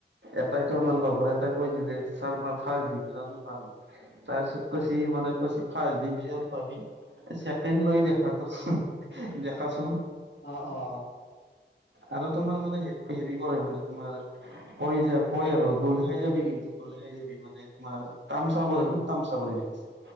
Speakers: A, on the right (about 80°); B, on the left (about 80°).
A: এটাইতো
B: হয়
A: আমাৰ লগৰ এটাই কৈ দিলে ছাৰ মই ফাৰ্ষ্ট ডিভিজান পাম তাৰ পিছত কৈছে
B: অ
A: ই মানে কৈছে ফাৰ্ষ্ট ডিভিজান পাবি ছেকেণ্ড লৈ দেখাতোন দেখাচোন
B: অ অ অ
A: আৰু তোমাৰ মানে হে হেৰি কৰে মানে তোমাৰ কই যে পই আৰু গলহাই যাবি কিন্তু গলহাই যাবি মানে তোমাৰ তামচা
B: উম
A: প খুব তামচা কৰি ৰাখিছে